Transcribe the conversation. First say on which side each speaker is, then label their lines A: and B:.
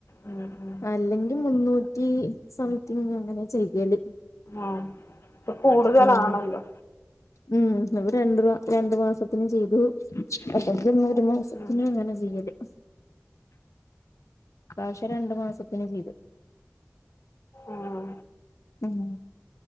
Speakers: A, on the left; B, on the left.
A: ഉം, ഉം.
B: അല്ലെങ്കിൽ മുന്നൂ റ്റി സംതിങ് അങ്ങനെ ചെയ്യല്
A: ആഹ് ഇപ്പൊ കൂടുതലാണല്ലോ
B: ഉം ഉം അപ്പോ രണ്ട് രണ്ടു മാസത്തിനു ചെയ്തു അപ്പോ പിന്നെ ഒരു മാസ
A: ഉം,
B: ത്തിന് അങ്ങനെ ചെയ്യല് കാശ് രണ്ട് മാസത്തിന് ചെയ്ത്
A: ആഹ്
B: ഉം